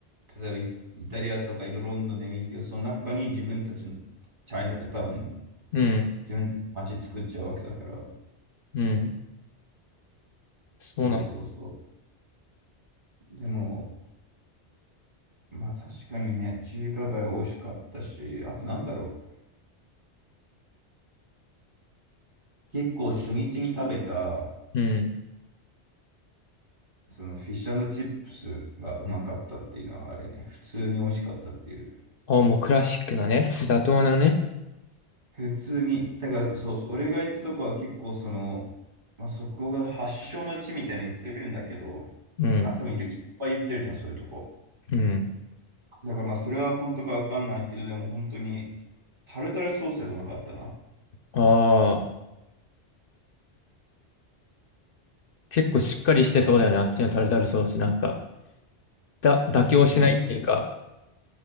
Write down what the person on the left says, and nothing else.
うん、
うん、そうなの。
うん。
ああ、もうクラシックなね。妥当なね。
うん、
うん。
ああ、結構しっかりしてそうだよね。あっちのタルタルソースなんか。だ、妥協しないっていうか。